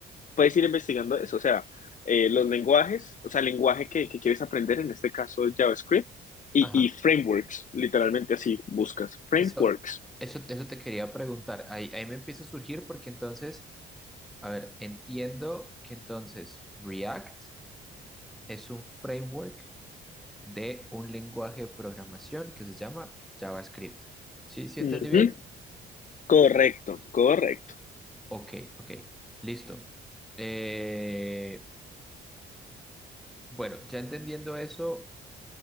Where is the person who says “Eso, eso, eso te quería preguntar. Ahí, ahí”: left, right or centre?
Centre